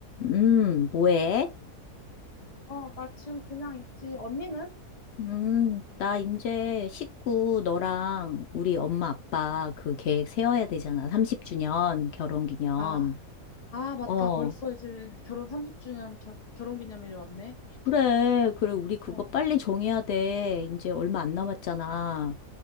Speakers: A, on the left; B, on the left.
A: 음, 뭐해?
B: 어, 나 지금 그냥 있지. 언니는?
A: 음, 나 이제 식구 너랑 우리 엄마 아빠 그 계획 세워야 되잖아. 30주년 결혼 기념.
B: 아, 아, 맞다.
A: 어,
B: 벌써 이제 결혼 30주년 결 결혼 기념일이 왔네.
A: 그래. 그래. 우리 그거
B: 어,
A: 빨리 정해야 돼. 이제 얼마 안 남았잖아.